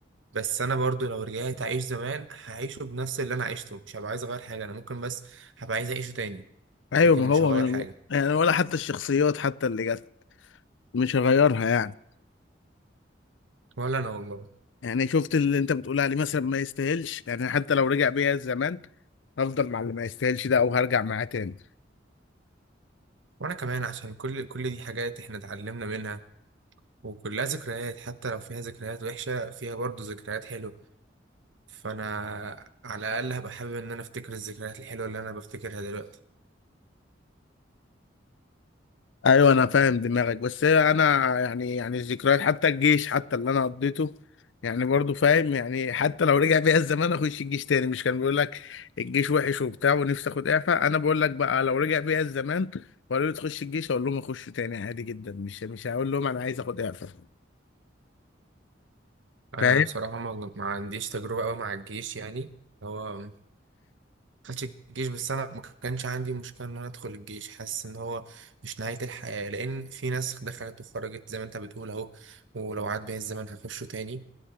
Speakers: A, on the right (about 85°); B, on the left (about 80°).
A: بس انا برضو لو رجعت اعيش زمان هعيشه بنفس اللي انا عشته مش هبقى عايز اغير حاجه انا ممكن بس هبقى عايز اعيشه تاني
B: أيوه
A: لكن
B: ما
A: مش
B: هو
A: هغير
B: من...
A: حاجه
B: يعني ولا حتى الشخصيات حتى اللي جت مش هغيرها يعني
A: ولا انا والله
B: يعني شفت اللي أنت بتقول عليه مثلا ما يستاهلش يعني حتى لو رجع بيا الزمان هفضل مع اللي ما يستاهلش ده او هرجع معاه تاني
A: وانا كمان عشان كل كل دي حاجات احنا اتعلمنا منها وكلها ذكريات حتى لو فيها ذكريات وحشه فيها برضو ذكريات حلوه فانا على الاقل هبقى حابب ان انا افتكر الذكريات الحلوه اللي انا بفتكرها دلوقتي
B: ايوه انا فاهم دماغك بس هي انا يعني يعني الذكريات حتى الجيش حتى اللي انا قضيته يعني برضو فاهم يعني حتى لو رجع بيا الزمان اخش الجيش تاني مش كان بيقول لك الجيش وحش وبتاع ونفسي اخد اعفاء انا بقول لك بقى لو رجع بيا الزمان وقالوا لي تخش الجيش اقول لهم اخش تاني عادي جدا مش مش هقول لهم انا عايز اخد اعفاء
A: انا
B: فاهم؟
A: بصراحه ما, ما عنديش تجربه قوي مع الجيش يعني هو ما دخلتش الجيش بس انا ما كانش عندي مشكله ان انا ادخل الجيش حاسس ان هو مش نهايه الحياه لان في ناس دخلت وخرجت زي ما انت بتقول اهو ولو عاد بيا الزمن هخشه تاني